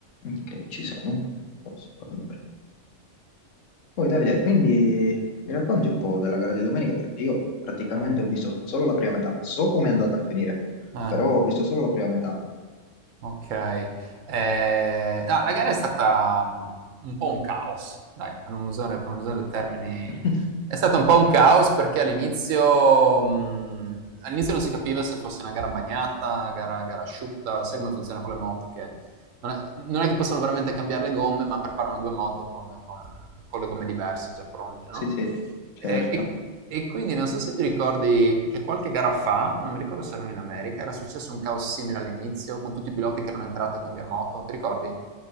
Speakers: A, on the left; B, on the right.
A: Ok, ci sono. Posso andare. Poi Davide, quindi mi racconti un po' della gara di domenica perché io praticamente
B: Ah,
A: ho visto solo la prima metà. So come è andata a finire,
B: ah,
A: però ho visto solo la prima metà.
B: ok. Eh, no, la gara è stata mm, un po' un caos, dai, per non usare, per non usare termini
A: <laughs>
B: È stato un po' un caos perché all'inizio, mh, all'inizio non si capiva se fosse una gara bagnata, gara, gara asciutta, sai come funziona con le moto, che non è, non è che possono veramente cambiare le gomme, ma preparano due moto con, con- con le gomme diverse già pronte, no?
A: Sì, sì, certo.
B: E, e- e quindi non so se ti ricordi che qualche gara fa, non mi ricordo se erano in America, era successo un caos simile all'inizio, con tutti i piloti che erano entrati a cambiare moto, ti ricordi?